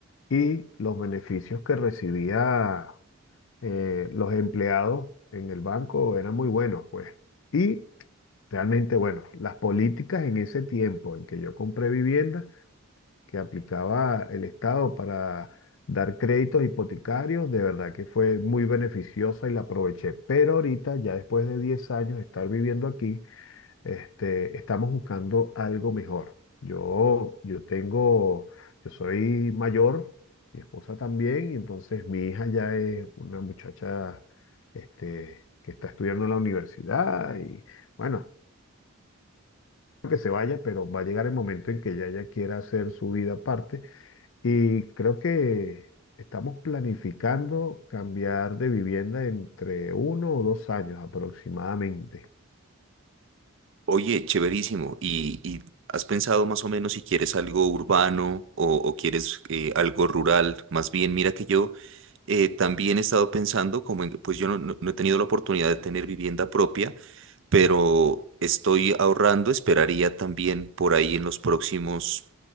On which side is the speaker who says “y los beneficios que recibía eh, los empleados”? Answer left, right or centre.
Left